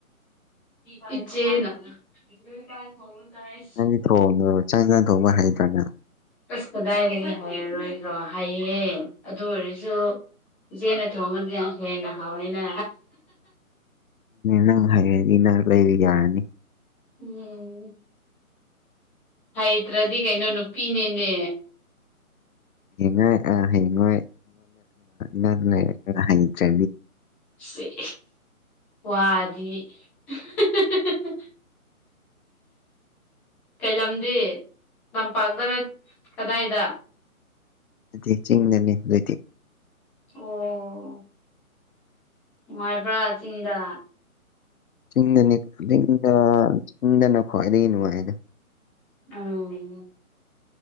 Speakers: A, in the centre; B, on the left.
A: ꯄꯤꯆꯦꯅ ꯍꯉ ꯇꯥꯏ
B: ꯅꯪꯗꯤ ꯊꯣꯡꯕ ꯆꯥꯛ ꯆꯥꯟ ꯊꯣꯡꯕ ꯍꯥꯏꯗ꯭ꯔꯅ
A: ꯑꯁ ꯀꯗꯥꯏꯗꯒꯤ ꯍꯥꯏꯔꯔꯣꯏꯗ꯭ꯔꯣ ꯍꯥꯏꯌꯦ ꯑꯗꯨ ꯑꯣꯏꯔꯁꯨ ꯆꯦꯅ ꯊꯣꯡꯕꯗꯤ ꯌꯥꯝ ꯍꯦꯟꯅ ꯍꯥꯎꯅꯤꯅ
B: ꯅꯪ ꯍꯩꯔ꯭ꯗꯤ ꯅꯪ ꯂꯩꯕ ꯌꯥꯔꯅꯤ꯫
A: ꯎꯝ ꯍꯩꯇ꯭ꯔꯗꯤ ꯀꯩꯅꯣ ꯅꯨꯄꯤꯅꯤꯅꯦ
B: ꯍ ꯑ ꯍꯉ ꯌꯦꯉ ꯍꯩ ꯆꯦ
A: ꯁꯦ ꯋꯥꯗꯤ <unintelligible> ꯀꯩꯂꯝꯗꯤ ꯇꯄꯥꯛꯇ ꯀꯗꯥꯏꯗ
B: ꯑꯗꯨꯗꯤ ꯆꯤꯡꯗꯅꯤ ꯍꯧꯖꯤꯛꯇꯤ
A: ꯑꯣ ꯅꯨꯡꯉꯥꯏꯕ꯭ꯔꯥ ꯆꯤꯡꯗ
B: ꯆꯤꯡꯗꯅꯤꯗ ꯆꯤꯡꯗꯅ ꯈ꯭ꯋꯥꯏꯗꯒꯤ ꯅꯨꯡꯉꯥꯏꯗ
A: ꯎꯝ